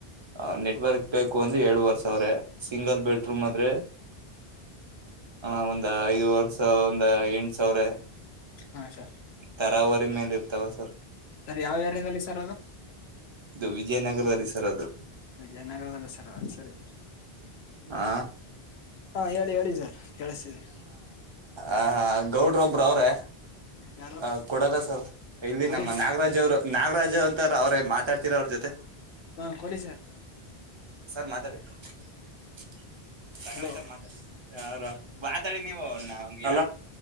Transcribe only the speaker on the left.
ಹಾ ಸರ್
ಸರ್ ಯಾವ್ ಏರಿಯಾದಲ್ಲಿ ಸರ್ ಅದು
ವಿಜಯನಗರದಲ್ಲ ಸರ್ ಅಲ್ ಸರಿ
ಹಾ ಹೇಳಿ ಹೇಳಿ ಸರ್ ಕೇಳಸ್ತಿದೆ
ಯಾರು
ಕೊಡಿ
ಹ ಕೊಡಿ ಸರ್
ಹಲೋ